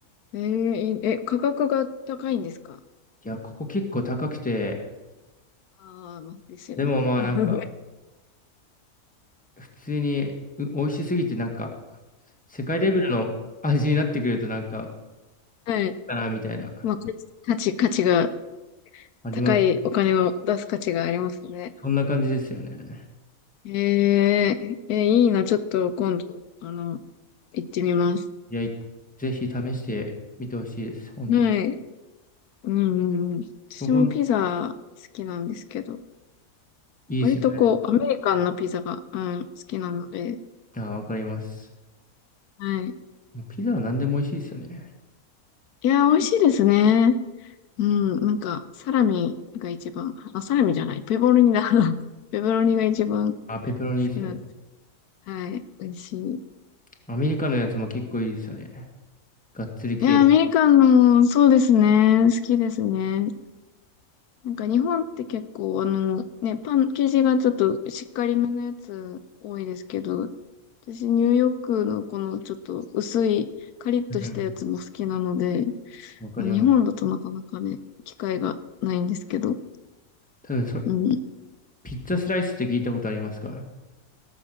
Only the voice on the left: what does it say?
えー、え、価格が高いんですか
ああー、まあですよね。
<laughs>
うんうん。はい。
まあ、価値、価値価値が、
高いお金を出す価値がありますね。
えー、え、いいな。ちょっと今度、あの、行ってみます。
はい。うんうんうん。私もピザ好きなんですけど、
割とこう、アメリカンなピザが、うん、好きなので、
はい。
いやー、美味しいですね。うん、なんか、サラミが一番、あ、サラミじゃない、ペボロニだ。<laughs> ペボロニが一番好
きなんです。はい、美味しい。
いやー、アメリカンの、そうですね、好きですね。なんか日本って結構、あの、ね、パン生地がちょっとしっかりめのやつ多いですけど、私ニューヨークのこのちょっと薄いカリッとしたやつも好きなので、
まあ日本だとなかなかね、機会がないんですけど、
うん。